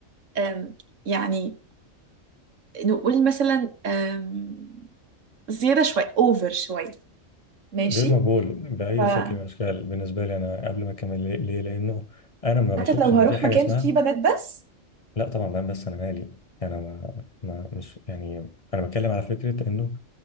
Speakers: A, on the right; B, on the left.
A: أم يعني نقول مثلا أم زيادة شوية اوفر شوية ماشي
B: غير مقبول باي
A: فحتى
B: شكل من الاشكال بالنسبه لي انا قبل ما اكمل ليه ليه؟ لانه انا ما بشوفش
A: لو
B: ان
A: هروح
B: في حاجه
A: مكان
B: اسمها
A: فيه بنات بس
B: لا طبعا بقى بس انا مالي انا ما, ما مش يعني انا بتكلم على فكره انه